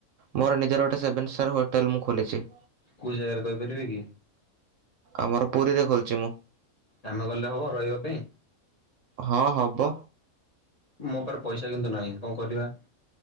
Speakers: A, on the right (about 70°); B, on the left (about 30°).
A: ମୋର ନିଜର ଗୋଟେ ସେଭେନ ଷ୍ଟାର୍ ହୋଟେଲ୍ ମୁଁ ଖୋଲିଛି।
B: କୋଉ ଜାଗାରେ କହିପାରିବେ କି?
A: ଆମର ପୁରିରେ ଖୋଲିଛି ମୁଁ।
B: କାମ ଗଲେ ହବ ରହିବା ପାଇଁ?
A: ହଁ ହବ।
B: ମୋ ଉପରେ ପଇସା କିନ୍ତୁ ନାହିଁ କଣ କରିବା?